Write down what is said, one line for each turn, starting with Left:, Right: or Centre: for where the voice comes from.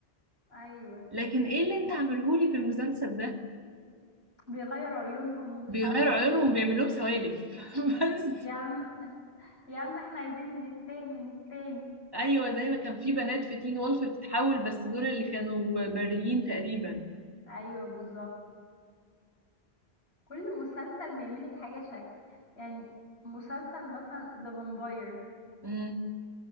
Left: ايوه
Right: لكن ايه اللي انت عاملهولي في المسلسل ده
Left: بيغيروا عيونهم ومش
Right: بيغيروا
Left: عارفة
Right: عيونهم
Left: ايه
Right: بيعملوهم سوالف <laughs> بس
Left: يا عم يا عم احنا عايزين من التاني من التاني
Right: ايوه زي ما كان في بنات في تين وولف بتتحول بس دول اللي كانوا بريين تقريبا
Left: ايوه بالظبط كل مسلسل بيعملك حاجة شكل يعني مسلسل مثلا ذا فامباير
Right: امم